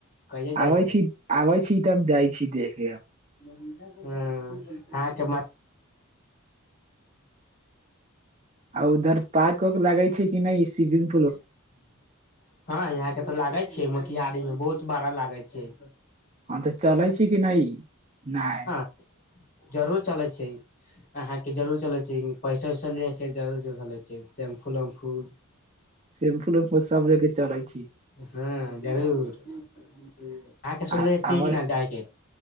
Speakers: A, on the left (about 45°); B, on the right (about 30°).
A: कहिया जाइ
B: आबै छी आबै छी तब जाइ छी देखेब
A: <inaudible>
B: आ उधर पार्क वार्क लगै छै कि नाए <inaudible>
A: <inaudible> हँ यहाँ के तऽ लागे छै मोतिहारी में बहुत बड़ा लागे छै
B: हँ तऽ चलाय छी कि नाए नाए
A: <unintelligible> जरूर चलै छै अहाँ के जरूर चले छै पैसा वैसा ले के जरूर चले छै शेमफूल वमफूल
B: सेम्पू वम्पू सब ले के चलै छी
A: हँ जरूर अहाँके सुनले
B: आ
A: छीय
B: आबै
A: कि न जायके